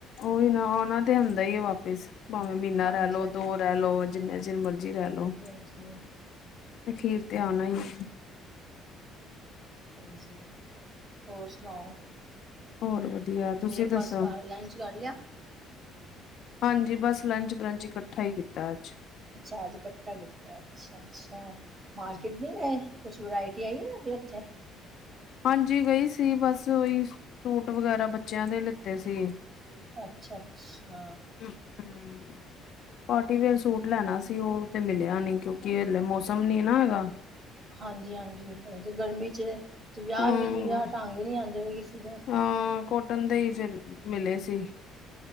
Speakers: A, on the left; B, on the right.
A: ਉਹੀ ਨਾ ਆਉਣਾ ਤੇ ਹੁੰਦਾ ਹੀ ਹੈ ਵਾਪਿਸ ਭਾਵੇਂ ਮਹੀਨਾ
B: ਹਾਂਜੀ
A: ਰਹਿ ਲੋ
B: ਹਾਂਜੀ
A: ਦੋ ਰਹਿ ਲੋ ਜਿੰਨਾ ਚਿਰ ਮਰਜ਼ੀ ਰਹਿ ਲੋ
B: ਅੱਛਾ
A: ਅਖੀਰ ਤੇ ਆਉਣਾ ਹੀ
B: ਹਾਂਜੀ ਹੋਰ ਸੁਣਾਓ
A: ਹੋਰ ਵਧੀਆ
B: ਬ੍ਰੇਕਫਾਸਟ
A: ਤੁਸੀਂ ਦੱਸੋ
B: ਲੰਚ ਕਰ ਲਿਆ?
A: ਹਾਂਜੀ ਬਸ ਲੰਚ ਬਰੰਚ ਇਕੱਠਾ ਹੀ ਕੀਤਾ ਅੱਜ
B: ਅੱਛਾ ਅੱਜ ਇਕੱਠਾ ਕੀਤਾ ਅਛ ਅੱਛਾ ਮਾਰਕੀਟ ਨੀ ਗਏ ਕੁਛ ਵਰਾਇਟੀ ਆਈ ਤੁਹਾਡੇ ਉੱਥੇ
A: ਹਾਂਜੀ ਗਈ ਸੀ ਬਸ ਉਹੀ ਸੂਟ ਵਗੈਰਾ ਬੱਚਿਆਂ ਦੇ ਲਿੱਤੇ ਸੀ
B: ਅੱਛਾ- ਅੱਛਾ -ਅੱਛਾ
A: ਹਮ ਹੂੰ, ਪਾਰਟੀਵੇੇਅਰ ਸੂਟ ਲੈਣਾ ਸੀ ਉਹ ਤੇ ਮਿਲਿਆ ਨਹੀਂ ਕਿਉਂਕਿ ਹਲੇ ਮੌਸਮ ਨੀ ਨਾ ਹੈਗਾ।
B: ਹਾਂਜੀ ਹਾਂਜੀ ਐ ਤੇ ਗਰਮੀ 'ਚ ਤੇ ਵਿਆਹ
A: ਹਮ
B: ਵਿੱਚ ਵਿਆਹ ਢੰਗ ਨੀ ਆਉਂਦੇ ਕਿਸੇ ਦੇ,
A: ਹਾਂ ਕੋਟਨ ਦੇ ਹੀ ਫਿਰ ਮਿਲੇ ਸੀ